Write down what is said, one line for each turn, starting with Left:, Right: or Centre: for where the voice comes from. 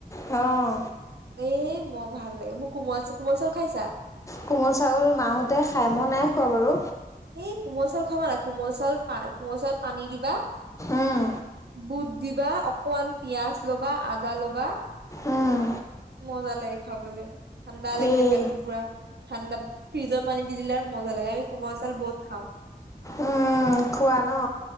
Left: আহ
Right: এ মই ভাল লাগে মোৰ কোমল কোমল চাউল খাইছা?
Left: কোমল চাউল মা হতে খাই মই নাই খোৱা বাৰু
Right: এই কোমল চাউল খাবা না কোমল চাউল কোমল চাউলত পানী দিবা
Left: উম
Right: বুট দিবা অকমান পিয়াজ লবা, আদা লবা
Left: উম
Right: মজা লাগে খাবলৈ, ঠাণ্ডা লাগি
Left: এই
Right: যায় পেটটো পুৰা ঠাণ্ডা ফ্ৰিজৰ পানী দি দিলে আৰু মজা লাগে আমি কোমল চাল বহুত খাওঁ।
Left: উম খোৱা ন